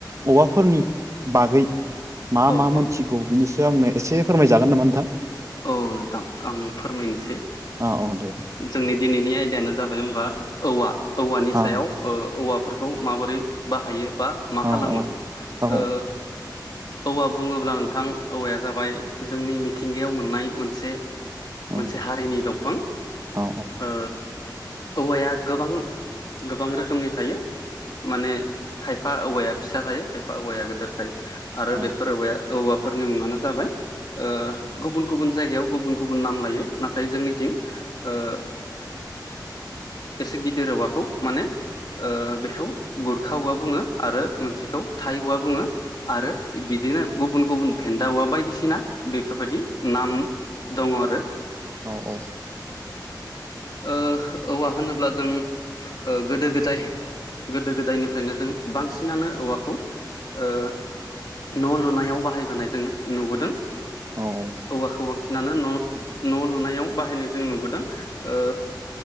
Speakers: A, on the right; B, on the left.
A: औवाफोरनि बागै मा
B: औ
A: मा मोनथिग।
B: औ
A: बिनि सायाव आंनो एसे फोरमायजागोन नामा नोंथां
B: औ नोंथां आं फोरमायनोसै
A: औ औ दे दे
B: जोंनि दिनैनि आयदायानो जाबाय होमबा औवा औवानि
A: औ
B: सायाव औवाफोरखौ माबोरै बाहायो बा मा
A: औ
B: खालामो
A: औ
B: ओ औवा बुङोब्ला नोंथां औवाया जाबाय जोंनि मिथिंगायाव मोननाय मोनसे
A: औ
B: मोनसे हारिनि दंफां
A: औ
B: ओ औवाया गोबां - गोबां रोखोमनि थायो माने खाय खायफा औवाया फिसा थायो खायफा औवाया गोदोर थायो आरो
A: औ
B: बेफोर औवाया औवाफोरनि मुङानो जाबाय ओ गुबुन - गुबुन जायगायाव गुबुन - गुबुन नाम लायो। नाथाय जोंनिथिं ओ एसे गिदिर औवाखौ माने ओ बेखौ गुरखा औवा बुङो। आरो मोनसेखौ थाइ औवा बुङो आरो बिदिनो गुबुन - गुबुन भेन्दा औवा बायदिसिना बेफोरबायदि नाम दङ आरो।
A: औ - औ।
B: ओ औवा होनोब्ला जों गोदो गोदाय गोदो गोदायनिफ्रायनो जों बांसिनानो औवाखौ ओ न' लुनायाव बाहायबोनाय जोङो नुबोदों
A: औ - औ
B: औवाखौ बांसिनानो न' न' लुनायाव बाहायनाय जों नुबोदों ओ